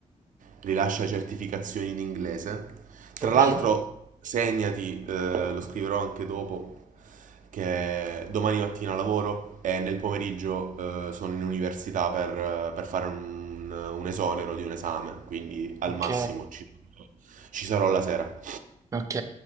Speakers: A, on the right; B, on the right.
A: rilascia certificazioni in inglese. Tra
B: Mhm,
A: l'altro, segnati, eh, lo scriverò anche dopo, che domani mattina lavoro e nel pomeriggio eh, sono in università per, eh, per fare un, un esonero di un esame, quindi al
B: Ok,
A: massimo ci ci sarò la sera.
B: ok.